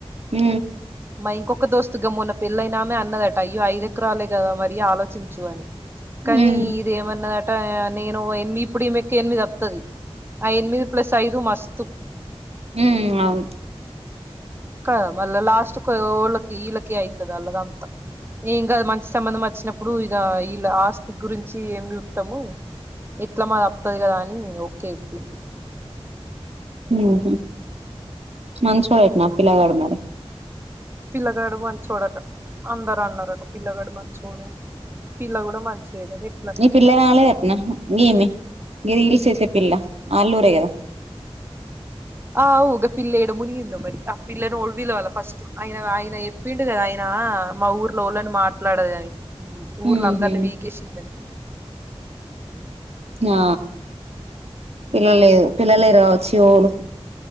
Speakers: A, on the right; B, on the right.
A: ఉ
B: మా ఇంకొక దోస్తు పెళ్లి అయిన అన్నదట అయో ఐదు ఎకరాలే కదా మరి ఆలోచించు అని కానీ
A: ఉమ్
B: ఇది ఏమన్నదట నేను ఏమి ఇప్పుడు ఈమెకు ఎనిమిది అత్తది ఆ ఎనిమిది ప్లస్ ఐదు మస్తు
A: ఉ అవును
B: కద మళ్లా లాస్ట్ కి ఓళకి ఈలకి అయితది వాళ్లది అంత ఈగ మంచి సంబంధం వచ్చినప్పుడు ఇగా ఈ ఆస్తి గురించి ఏమి చూత్తము ఎట్లా మాది అత్తది కదా అని ఓకే చెప్పింది
A: ఉహు మంచోడు అట్నా పిల్లగాడు మరి
B: పిల్లగాడు మంచోడట అందరు అన్నారట పిల్లగాడు మంచోడు పిల్ల కూడా మంచిదే కని
A: నీ పిల్ల రాలేదు అట్న గిమె హిల్స్ చేసే పిల్ల కదా ఆలా ఊరే కదా
B: ఆ ఔ పిల్ల ఏడ మునిగిందో మరి ఆ పిల్ల రోడ్డు మీద రావాలి ఫస్ట్ ఆయన ఆయన చెప్పిండు కదా ఆయన మా ఊర్లో వాళ్ళని మాట్లాడదు అని ఊర్ల
A: ఉహు
B: అందరిని వీకేసిందని
A: ఆ పిలువలేదు పిలువలే కావచ్చు ఓవులు